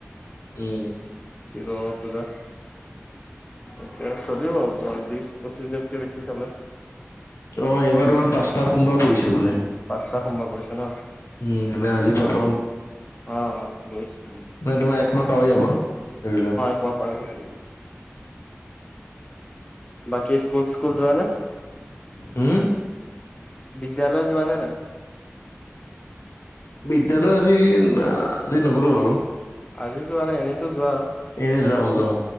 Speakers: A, on the left (about 75°); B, on the left (about 25°).
A: উম
B: শিৱ বাবাৰ পূজা। এতিয়া চলিব আপোনাৰ বিশ পঁচিছা দিনতকে বেছি চলে।
A: অ এইবাৰ তোমাৰ পাঁচটা সোমবাৰ পৰিছে বোলে।
B: পাঁচটা সোমবাৰ পঢ়িছে ন
A: উম এনে আজি
B: অ
A: প্ৰথম
B: অ অ গৈছোঁ।
A: নাই তোমাৰ একমাহ পাৰ হৈ যাব ধৰি লোৱা।
B: অ পাৰ হব। বাকী স্কুল যোৱা চিচকুল যোৱা নে?
A: উম
B: বিদ্যালয় যোৱানে নাই?
A: বিদ্যালয় আজি আজি নগঁলো বাৰু।
B: আজি যোৱা নাই এনেইতো যোৱা।
A: এনেই যাওঁ যাওঁ।